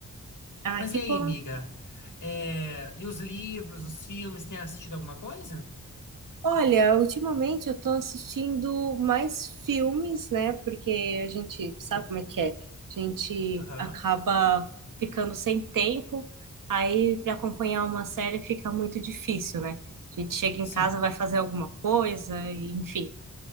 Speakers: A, on the right; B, on the left.
A: Ah,
B: Mas
A: que
B: e aí,
A: bom.
B: amiga? É, e os livros, os filmes, tem assistido alguma coisa?
A: Olha, ultimamente eu tô assistindo mais filmes, né? Porque a gente sabe como é que é. A gente
B: Aham,
A: acaba ficando sem tempo, aí para acompanhar uma série fica muito difícil, né? A gente chega
B: sim.
A: em casa, vai fazer alguma coisa, e, enfim.